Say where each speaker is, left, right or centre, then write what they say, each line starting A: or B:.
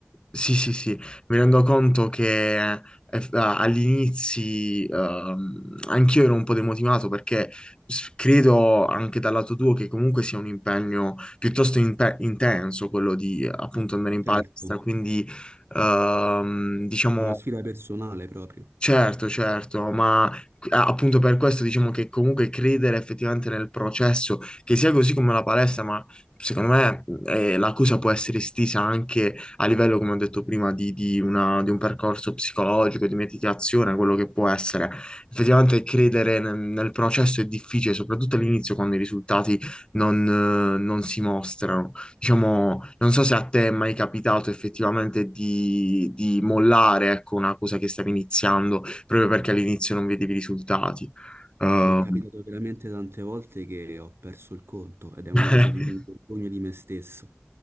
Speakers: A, on the left; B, on the right.
A: sì, sì, sì, mi rendo conto che eff- agli inizi ehm, anch'io ero un po' demotivato perché s- credo anche dal lato tuo che comunque sia un impegno piuttosto impe- intenso quello di appunto andare in palestra,
B: Certo,
A: quindi ehm, diciamo
B: una sfida personale proprio.
A: Certo, certo, ma a- appunto per questo diciamo che comunque credere effettivamente nel processo, che sia così come la palestra, ma secondo me mhmm, eh, l'accusa può essere estesa anche a livello, come ho detto prima, di, di una- di un percorso psicologico, di meditazione, quello che può essere. Effettivamente credere nel, nel processo è difficile, soprattutto all'inizio quando i risultati non eh, non si mostrano. Diciamo, non so se a te è mai capitato effettivamente di, di mollare, ecco, una cosa che stavi iniziando proprio perché all'inizio non vedevi i risultati. Ehm,
B: Mi è capitato veramente tante volte che ho perso il conto ed è una
A: <laughs>
B: cosa di cui mi vergogno di me stesso.